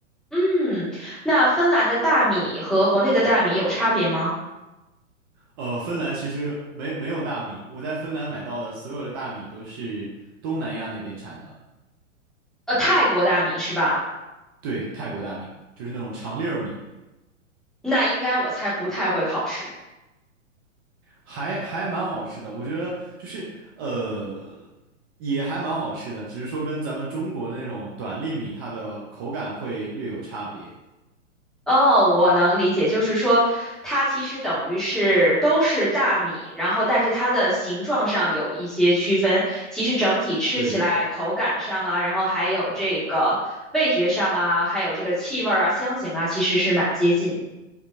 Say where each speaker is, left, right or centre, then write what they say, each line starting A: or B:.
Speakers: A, in the centre; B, on the right.
A: 嗯，那芬兰的大米和国内的大米有差别吗？
B: 呃，芬兰其实没没有大米，我在芬兰买到的所有的大米都是东南亚那边产的，
A: 呃，泰国大米是吧？
B: 对，泰国大米，就是那种长粒儿米。
A: 那应该我猜不太会考试。
B: 还还蛮好吃的，我觉得就是呃，也还蛮好吃的，只是说跟咱们中国的那种短粒米，它的口感会略有差别。
A: 哦，我能理解，就是说它其实等于是都是大米，然后但是它的形状上有一些区分，其实整体吃起来口感上啊，
B: 对
A: 然后还有这个味觉上啊，还有这个气味儿啊、香型啊，其实是蛮接近的，